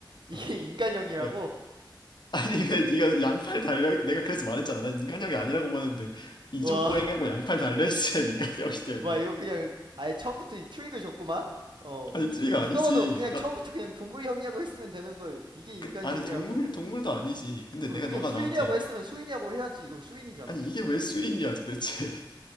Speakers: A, on the right; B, on the left.
A: 이게
B: 어,
A: 인간형이라고?
B: 네. 아니, 왜 네가 양팔 달려? 내가 그래서 말했잖아. 난 인간형이 아니라고 보는데 이족
A: 와,
B: 보행하고
A: <laughs>
B: 양팔 달려있지면 인간형이냐며.
A: 와, 이거 그냥, 아예 처음부터 이 트릭을 줬구만? 어,
B: <laughs> 아니, 트리가
A: 누가
B: 아니지.
A: 봐도 그냥
B: 나,
A: 처음부터 그냥 동물형이라고 했으면 되는 걸, 이게 인간형이라고?
B: 그, 아니, 동물, 동물도 아니지. 근데
A: 이거
B: 내가
A: 그냥
B: 너가
A: 수인이라고
B: 나한테
A: 했으면 수인이라고 해야지. 이건 수인이잖아.
B: 아니, 이게 왜 수인이야, 도대체.